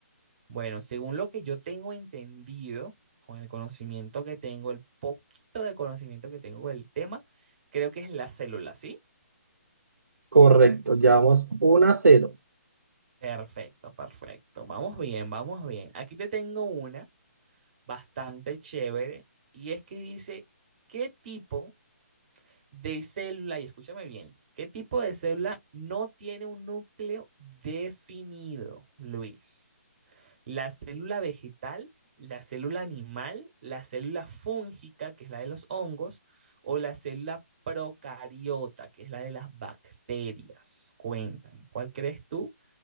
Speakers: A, on the right; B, on the right.
A: Bueno, según lo que yo tengo entendido, con el conocimiento que tengo, el poquito de conocimiento que tengo del tema, creo que es la célula, ¿sí?
B: Correcto, llevamos 1 a 0.
A: Perfecto, perfecto. Vamos bien, vamos bien. Aquí te tengo una bastante chévere y es que dice, ¿qué tipo de célula, y escúchame bien, ¿qué tipo de célula no tiene un núcleo definido, Luis? La célula vegetal, la célula animal, la célula fúngica, que es la de los hongos, o la célula procariota, que es la de las bacterias. Cuéntame, ¿cuál crees tú